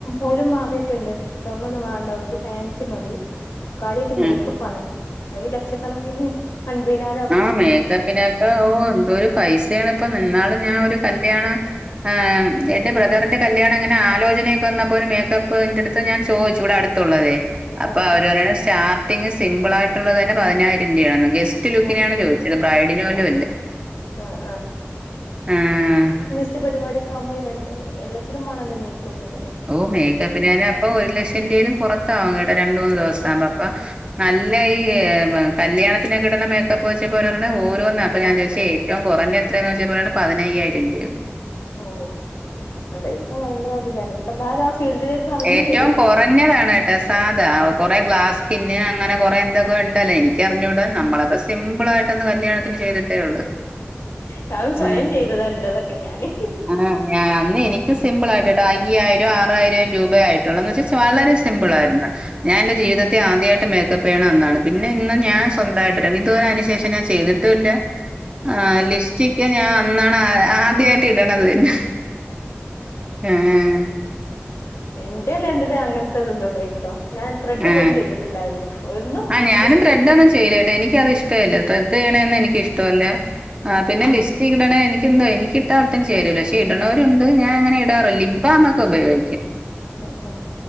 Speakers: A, on the left; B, on the right.
A: ഓലും മാറിയിട്ട്ണ്ട് സ്വർണ്ണം ഒന്നും വേണ്ട അവർക്ക് ഫാൻസി മതി കാര്യമായിട്ട്
B: ഉം
A: മേക്കപ്പ് പ്പാണ് അത് ലക്ഷക്കണക്കിന്റിം അൻമ്പയ്നാ
B: ആ മേക്കപ്പിനൊക്കെ ഓ എന്തോ ഒരു പൈസയാണ് ഇപ്പം ഇന്നാള് ഞാൻ
A: ഉം
B: ഒരു കല്ല്യാണം ആഹ് എന്റെ ബ്രദറിന്റെ കല്യാണം എങ്ങനെ ആലോചനയൊക്കെ വന്നപ്പോ ഒരു മേക്കപ്പിന്റെടുത്ത് ഞാൻ ചോയ്ച്ചു ഇവിടടു ത്തുള്ളതേ
A: ഉം
B: അപ്പോ
A: ആഹ്
B: അവര്
A: ആഹ്
B: പറയണത് സ്റ്റാർട്ടിങ് സിമ്പിൾ ആയിട്ടുള്ളത് തന്നെ പതിനായിരം രൂപയാണെന്ന് ഗസ്റ്റ് ലുക്കിനാണ്
A: ഓ
B: ചോദിച്ചത് ബ്രൈഡിന് പോലും
A: ആഹ്
B: അല്ല
A: ആഹ്
B: ആഹ്
A: ഇങ്ങനെത്തെ പരിപാടിക്കാകുമ്പോ എല്ലത്തിന്നും മാണല്ലോ മൈക ക്കപ്പ്
B: ഓ മേക്കേപ്പന് തന്നെ അപ്പൊ ഒരു ലക്ഷം രൂപയിലും പുറത്താവും കേട്ടാ രണ്ട് മൂന്ന് ദിവസം
A: ഓഹ്
B: ആകുമ്പം അപ്പം നല്ലയി കല്യാണത്തിന് ഒക്കെ ഇടുന്ന മേക്കപ്പ് ചോയ്ച്ചപ്പോ അവര് പറയണത് ഓരോന്നാ അപ്പൊ ഞാൻ
A: ഓഹ്
B: ചോയ്ച്ച് ഏറ്റവും കുറഞ്ഞത് എത്രയാന്ന് ചോയ്ച്ചപ്പോ പറയാണ് പതിനയ്യായിരം രൂപ ന്ന്
A: ഓ അതാ ഭയങ്കര അധികാണ് ഇപ്പം എല്ലാരും ആ ഫീൽഡിലേക്ക് ഇറങ്ങും
B: ഏറ്റവും
A: ചെയ്തിട്ടുണ്ട്
B: കുറഞ്ഞതാണ് കേട്ടോ സാധാ
A: ആഹ്
B: കുറെ ഗ്ലാസ്സ് സ്കിന് അങ്ങനെ കൊറെ എന്തൊക്കെ ഇണ്ടല്ലോ ഇനി ക്കറിഞ്ഞൂടാ
A: ആഹ്
B: നമ്മളൊക്കെ സിമ്പിൾ ആയിട്ട് ഒന്ന് കല്യാണത്തിന്
A: ആഹ്
B: ചെയ്തിട്ടേ ഒള്ളു
A: ഞാൻ സ്വയം
B: ഉം
A: ചെയ്തതാ എന്റെതൊക്കെ ഞാന്
B: ആ ഞ അന്ന് എനിക്കും സിമ്പിൾ ആയിട്ടാട്ടോ അയ്യായിരം ആറായിരം രൂപയായിട്ടുള്ളന്ന് വെച്ച വളരെ സിമ്പിൾ ആരുന്നു ഞാൻ എന്റെ ജീവിതത്തിൽ ആദ്യമായിട്ട് മേക്കപ്പ് ചെയ്യണത് അന്നാണ് പിന്നെ ഇന്ന് ഞാൻ സ്വന്തമായിട്ടിറങ്ങി ഇതുവരെ അതിനു ശേഷം ചെയ്തിട്ടുമില്ല ആഹ് ലിപ്സ്റ്റിക്ക് ഞാൻ അന്നാണ് ആദ്യായിട്ട് ഇടണത് പിന്നെ ആഹ്
A: ഇന്റെ കല്യാണത്തിനും അങ്ങനത്തെതൊന്നുല്ലേനിട്ടോ ഞാൻ ത്രെഡ്
B: ആഹ്
A: പോലും ചെയ്തിട്ടില്ലായിരുന്നു എന്നും
B: ആ ഞാനും
A: ജസ്റ്റ്
B: ത്രെഡൊന്നും ചെയ്യില്ലേട്ടോ. എനിക്കത് ഇഷ്ടല്ല. ത്രെഡ് ചെയ്യണതൊന്നും എനിക്കിഷ്ടമല്ല ആ പിന്നെ ലിപ് ലീപ്സ്റ്റിക്ക് ഇടണേ എനിക്കെന്തോ എനിക്കിട്ടാ ഒട്ടും ചേരുല്ല പക്ഷെ ഇടണവരുണ്ട് ഞാൻ അങ്ങനെ ഇടാറില്ല ലിപ്ബാം ഒക്കെ ഇപ്പം ഉപയോഗിക്കും
A: ഉം ഉം